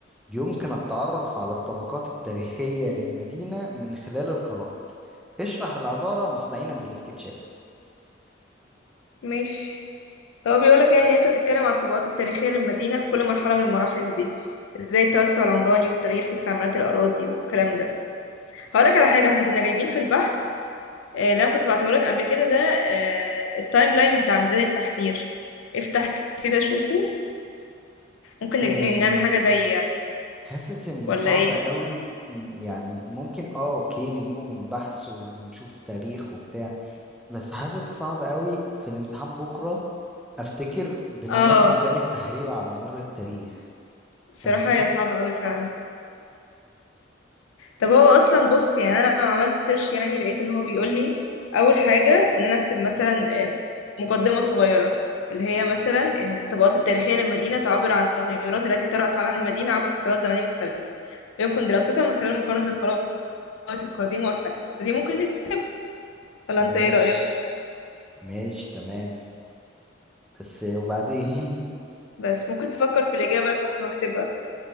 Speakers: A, in the centre; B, on the left.
A: يمكن التعرف على الطبقات التاريخية للمدينة من خلال الخرائط اشرح العبارة مستعينا بالسكتشات
B: ماشي هو بيقولك يعني إن انت هتتكلم عن الطبقات التاريخية للمدينة في كل مرحلة من المراحل دي زي التوسع العمراني والتغيير في استعمالات الأراضي والكلام ده هقولك على حاجة احنا كنا جايبين في البحث آه، اللي انا كنت بعتهولك قبل كده ده آه، التايم لاين بتاع ميدان التحرير افتح كده شوفه
A: بس
B: ممكن نج-
A: آه،
B: نعمل حاجة زي يعني
A: حاسس ان
B: ولا
A: صعب
B: ايه
A: اوي م- يعني ممكن اه اوكي نجيبه من بحث ونشوف تاريخ وبتاع بس حاسس صعب قوي في الامتحان بكرة افتكر بلانات
B: اه
A: ميدان التحرير على مر التاريخ
B: الصراحة
A: فاهماني
B: هي صعبة قوي فعلا طب هو اصلا بص يعني انا لما عملت سيرش يعني لقيت ان هو بيقول لي اول حاجه ان انا اكتب مثلا آه، مقدمه صغيره اللي هي مثلا ان الطبقات التاريخيه للمدينه تعبر عن التغيرات التي طرأت على المدينه عبر فترات زمنيه مختلفه ويمكن دراستها من خلال مقارنه الخرائط القديمه والحديثه فدي ممكن نكتبها ولا
A: ماشي
B: انت ايه رأيك
A: ماشي تمام بس وبعدين
B: بس ممكن تفكر في الاجابه لحد ما اكتبها